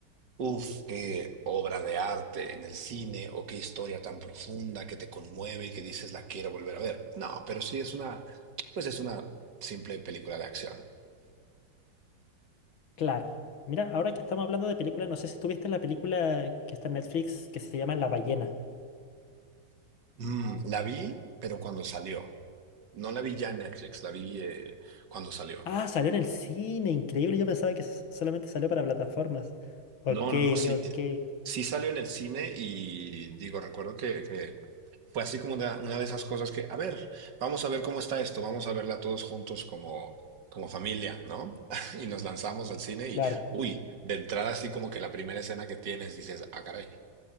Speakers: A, on the right; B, on the left.
A: Uf, qué obra de arte en el cine o qué historia tan profunda que te conmueve y que dices la quiero volver a ver. No, pero sí es una, pues es una simple película de acción.
B: Claro. Mira, ahora que estamos hablando de películas, no sé si tuviste la película que está en Netflix que se llama La Ballena.
A: Mm, la vi, pero cuando salió. No la vi ya en Netflix, la vi eh, cuando salió.
B: Ah, salió en el cine, increíble. Yo pensaba que s- solamente salió para plataformas. Ok,
A: No, no, no, sí,
B: ok.
A: sí salió en el cine y digo, recuerdo que, que Fue así como una, una de esas cosas que, a ver, vamos a ver cómo está esto, vamos a verla todos juntos como, como familia, ¿no? <laughs> Y nos lanzamos al cine y,
B: Claro.
A: uy, de entrada así como que la primera escena que tienes dices, ah, caray,